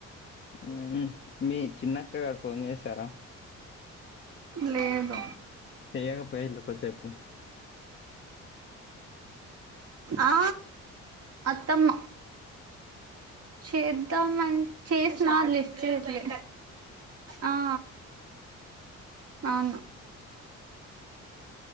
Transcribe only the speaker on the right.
లేదు
ఆ అత్తమ్మ చేద్దామన్ చేసిన లిఫ్ చేయట్లే ఆ అవును